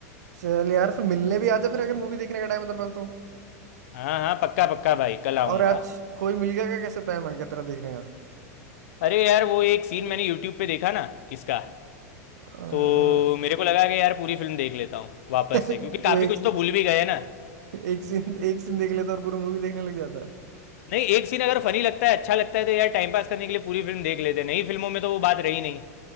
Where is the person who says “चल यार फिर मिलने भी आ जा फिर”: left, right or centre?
Right